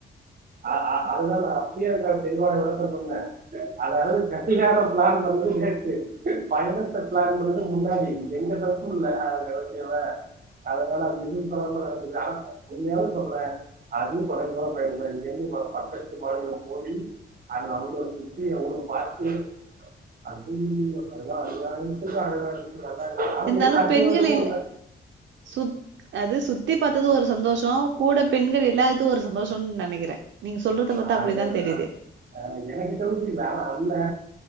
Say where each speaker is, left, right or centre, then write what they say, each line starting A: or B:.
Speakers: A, on the right; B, on the right.
A: அ அ அதுதா நா அப்பயே இருக்கிற தெளிவான விளக்கோ சொன்னே அதாவது கட்டிகான பிளான் பண்றது வேஸ்ட் பயணத்த பிளான் பண்றது முன்னாடி எங்க தப்பு இல்ல பாத்திங்களா அதனால மிகவு தொடர்பு நடக்குறதா உண்மையாவு சொல்றே அது கோரங்களா மயங்கி மயங்கி இப்ப பக்கத்து மாநில போயி அங்க அவ்ளோ சுத்தி எவ்ளோ பாத்து ஐயை ஐயையோ அது எல்லா அநியாயத்துக்கு அழகா இருந்துச்சுங்க <unintelligible> ஆன்லைன்
B: இருந்தாலு
A: அட்
B: பெண்கள்
A: டூ வந்த போதுங்க
B: இல்ல சுத் அது சுத்தி பாத்தது ஒரு சந்தோஷ கூட பெண்கள் இல்லாதது ஒரு சந்தோஷம்னு நெனைக்கிறே நீங்க சொல்றத பாத்தா
A: ஆறு
B: அப்டிதா
A: பேருதா
B: தெரியுது
A: அ எனக்கு தெரிஞ்சு நா அண்ணே